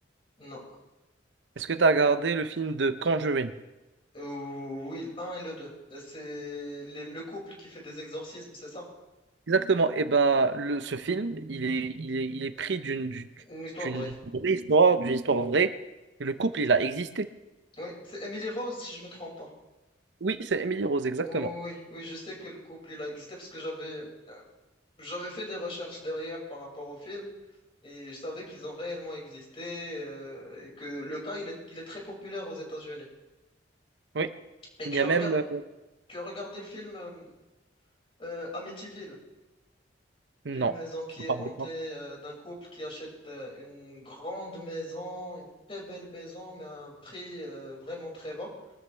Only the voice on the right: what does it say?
Est-ce que tu as regardé le film de Conjuring?
Exactement. Et ben, le, ce film, il est, il est, il est pris d'une du-
d'une
vraie histoire, d'une histoire vraie. Et le couple, il a existé.
Oui, c'est Emily Rose, exactement.
Oui.
Il
y
a
même. euh,
non.
Je
parle
de quoi